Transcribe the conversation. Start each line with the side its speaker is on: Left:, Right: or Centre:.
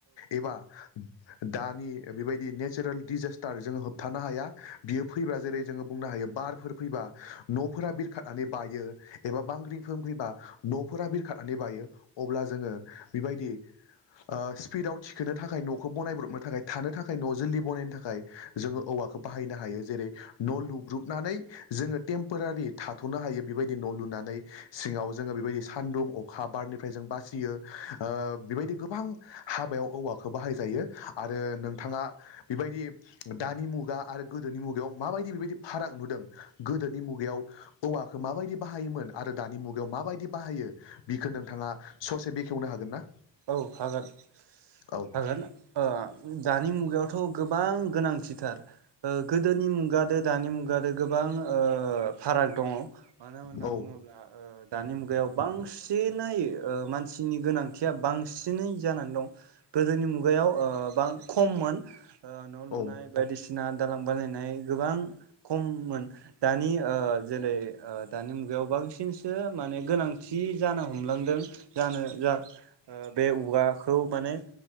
Left: एबा दानि बेबायदि नेचारेल डिजेसटार जोङो होबथानो हाया बियो फैबा जेरै जोङो बुंनो हायो बारफोर फैबा न'फोरा बिरखारनानै बायो एबा बांग्रिफोर फैबा न'फोरा बिरखारनानै बायो अब्ला जोङो बेबायदि ओ स्पिडआव थिखोनो थाखाय न' खौ बनायब्रबनो थाखाय थानो थाखाय न' जलै बानायनो थाखाय जोङो औवाखौ बाहायनो हायो जेरै न' लुब्रुबनानै जोङो टेम्परारि थाथ'नो हायो बेबायदि न' लुनानै सिङाव जोङो बेबायदि सान्दुं अखा बारनिफ्राय जों बासियो ओ बेबायदि गोबां हाबायाव औवाखौ बाहाय जायो आरो नोंथाङा बेबायदि दानि मुगा आरो गोदोनि मुगायाव माबायदि बेबायदि फाराग नुदों गोदोनि मुगायाव औवाखौ माबायदि बाहायोमोन आरो दानि मुगायाव माबायदि बाहायो बिखौ नोंथाङा ससे बेखेवनो हागोन ना
Right: औ हागोन
Left: औ
Right: हागोन ओ दानि मुगायावथ' गोबां गोनांथिथार गोदोनि मुगादो दानि मुगा गोबां ओ फाराग दङ मानो होनना
Left: औ
Right: बुङोब्ला दानि मुगायाव बांसिनै ओ मानसिनि गोनां थिया बांसिनै जानानै दं गोदोनि मुगायाव ओ बां खममोन न' लुनाय
Left: औ
Right: बायदिसिना दालां बानायनाय गोबां खममोन दानि जेरै दानि मुगायाव बांसिनसो माने गोनांथि जि जानो हमलांदों जानो जा बे औवाखौ माने